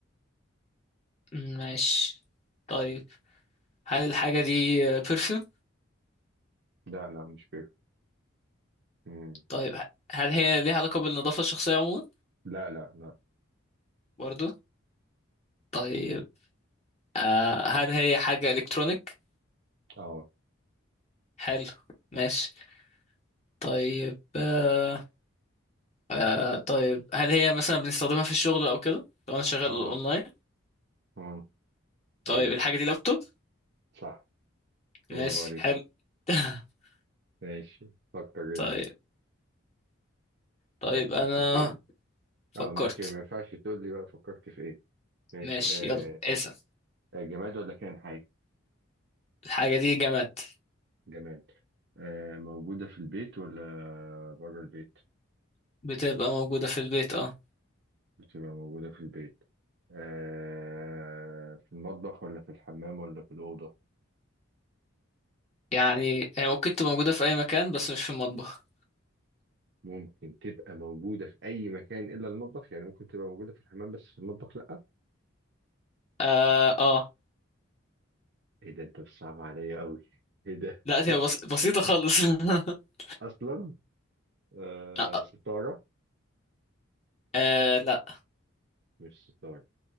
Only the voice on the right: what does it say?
لا لا مش كده مم.
لا لا لا
اه
اه
مم.
أيوة
صح برافو
عليك
ماشي فكر
أنت
فكرت
في إيه
اه ماشي ما ينفعش تقول لي بقى فكرت في إيه ماشي
آه
آه، جماد ولا كائن حي؟
جماد آه موجودة في البيت ولا بره البيت؟
بتبقى موجودة في البيت آه في المطبخ ولا في الحمام ولا في الأوضة؟
ممكن تبقى موجودة في أي مكان إلا المطبخ يعني ممكن تبقى موجودة في الحمام بس في المطبخ لأ؟
إيه ده أنت بتصعب عليا أوي إيه ده؟
<laughs>
أصلا آه
ستارة
مش ستارة